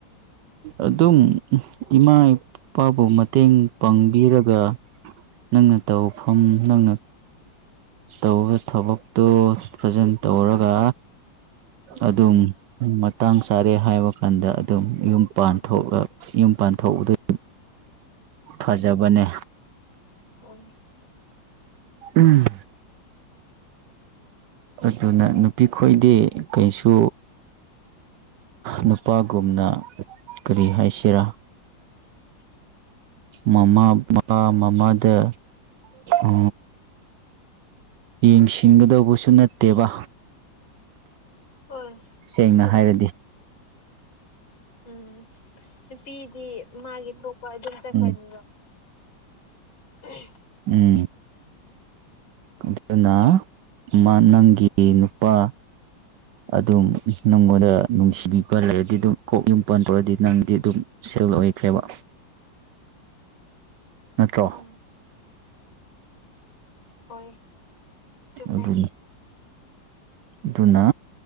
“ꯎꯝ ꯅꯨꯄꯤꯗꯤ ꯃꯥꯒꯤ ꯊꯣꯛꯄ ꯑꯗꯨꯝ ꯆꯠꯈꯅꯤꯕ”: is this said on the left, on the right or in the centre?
Left